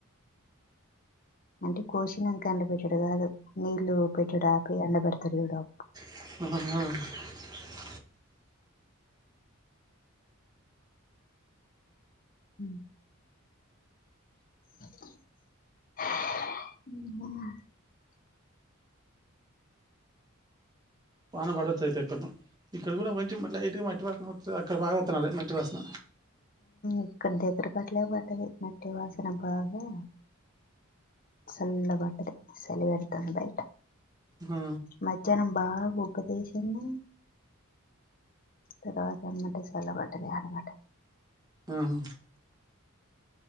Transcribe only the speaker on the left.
అంటే కోసినంకా ఎండపెట్టుడు కాదు నీలు <unintelligible> ఎండ పెడతారు చూడు
హ <unintelligible>
ఇక్కడి దగ్గర పట్టలే పట్టదు మట్టి వాసన బాగా <unintelligible> సలిపెడుతాంది బయట
మధ్యాహ్నం బాగా కూ ఉపదేశాన్ని తర్వాత అమాటే చల్లబడ్డాది అనమాట